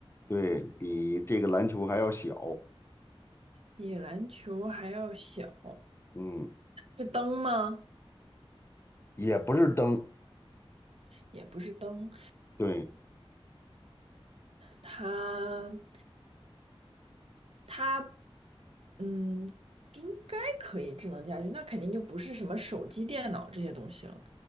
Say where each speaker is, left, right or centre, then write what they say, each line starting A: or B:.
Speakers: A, on the left; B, on the right.
A: 对，比这个篮球还要小，
B: 比篮球还要小，
A: 嗯，
B: 是灯吗？
A: 也不是灯，
B: 也不是灯，
A: 对，
B: 它它嗯，应该可以智能家居，那肯定就不是什么手机、电脑这些东西了。